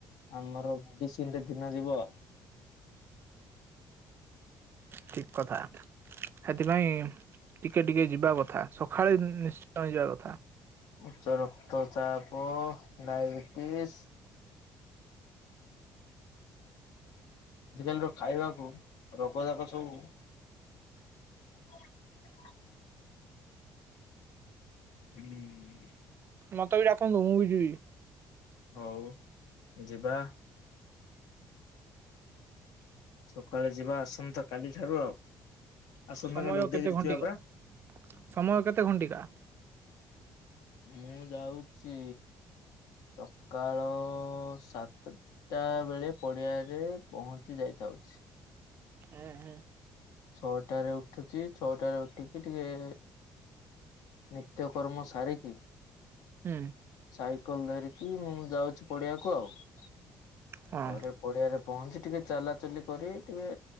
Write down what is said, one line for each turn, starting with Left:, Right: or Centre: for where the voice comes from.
Left: ଆମର ମେଡିସିନ ରେ ଦିନ ଯିବ
Right: ଠିକ କଥା ସେଥିପାଇଁ ଟିକେ ଟିକେ ଯିବା କଥା ସକାଳେ ନିଶ୍ଚୟ ଯିବା କଥା।
Left: ଉଚ୍ଚ ରକ୍ତଚାପ, ଡାଇବେଟିସ ଆଜିକାଲିର ଖାଇବାକୁ ରୋଗ ଯାକ ସବୁ <inaudible> ହୁଁ।
Right: ମତେ ବି ଡାକନ୍ତୁ ମୁଁ ବି ଯିବି।
Left: ହଉ ଯିବା। ସକାଳେ ଯିବା ଆସନ୍ତା କାଲି ଠାରୁ ଆଉ ଆସନ୍ତା
Right: ସମୟ
Left: କାଲି ଉଦୟଗିରି
Right: କେତେ ଘଣ୍ଟିକା
Left: ଯିବା ପରା।
Right: ସମୟ କେତେ ଘଣ୍ଟିକା?
Left: ମୁଁ ଯାଉଛି ସକାଳ ସାତ ଟା ବେଳେ ପଡିଆରେ ପହଞ୍ଚି ଯାଇଥାଉଛି।
Right: ହୁଁ ହୁଁ।
Left: ଛଅଟା ରେ ଉଠୁଚି ଛଅଟାରେ ଉଠିକି ଟିକେ ନିତ୍ୟକର୍ମ ସାରି କି
Right: ହୁଁ।
Left: ସାଇକେଲ ଧରିକି ମୁଁ ଯାଉଛି ପଡିଆକୁ ଆଉ ତାପରେ
Right: ହଁ
Left: ପଡ଼ିଆରେ ପହଞ୍ଚି ଟିକେ ଚଲାଚଲି କରି ଟିକେ